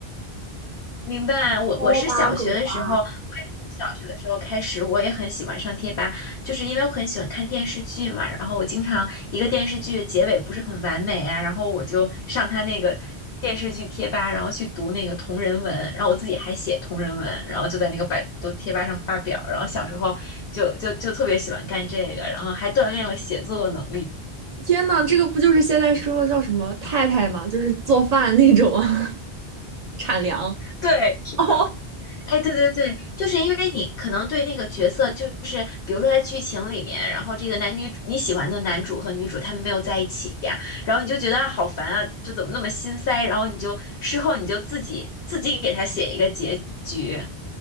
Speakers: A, on the left; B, on the right.
A: 明白，我我是小学的时候，
B: 猫吧狗吧。
A: 我也是从小学的时候开始，我也很喜欢上贴吧，就是因为我很喜欢看电视剧嘛，然后我经常一个电视剧的结尾不是很完美啊，然后我就上他那个电视剧贴吧，然后去读那个同人文，然后我自己还写同人文，然后就在那个百度贴吧上发表，然后小时候就就就特别喜欢干这个，然后还锻炼了写作能力。
B: 天呐，这个不就是现在说的叫什么太太吗？就是做饭那种啊，<laughs> 产粮。
A: 对，是的。
B: 哦，
A: 哎，对对对，就是因为你可能对那个角色，就是比如说在剧情里面，然后这个男女主你喜欢的男主和女主他们没有在一起呀，然后你就觉得好烦啊，就怎么那么心塞，然后你就事后你就自己自己给他写一个结局